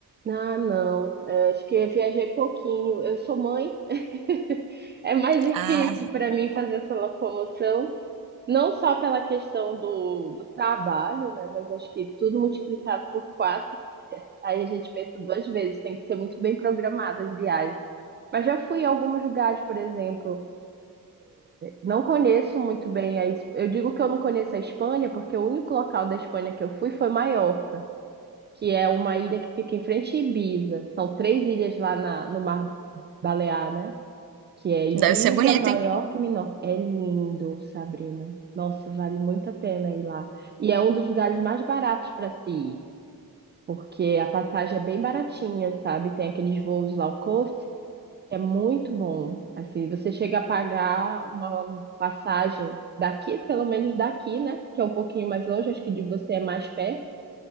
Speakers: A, on the right (about 30°); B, on the right (about 80°).
A: Ah, não. É, acho que eu viajei pouquinho. Eu sou mãe. <laughs> É mais difícil
B: Ah,
A: para mim fazer essa locomoção, não só pela questão do, do trabalho, né? Mas acho que tudo multiplicado por quatro, aí a gente pensa duas vezes. Tem que ser muito bem programada as viagens. Mas já fui em alguns lugares, por exemplo. Não conheço muito bem a. Es- Eu digo que eu não conheço a Espanha, porque o único local da Espanha que eu fui foi Maiorca que é uma ilha que fica em frente a Ibiza. São três ilhas lá na- no Mar Balear, né? Que é Ibiza,
B: deve ser bonito,
A: Maiorca
B: hein?
A: e Menorca. É lindo, Sabrina. Nossa, vale muito a pena ir lá. E é um dos lugares mais baratos para se ir, porque a passagem é bem baratinha, sabe? Tem aqueles voos low cost, que é muito bom. Assim, você chega a pagar uma passagem daqui, pelo menos daqui, né? Que é um pouquinho mais longe, acho que de você é mais perto.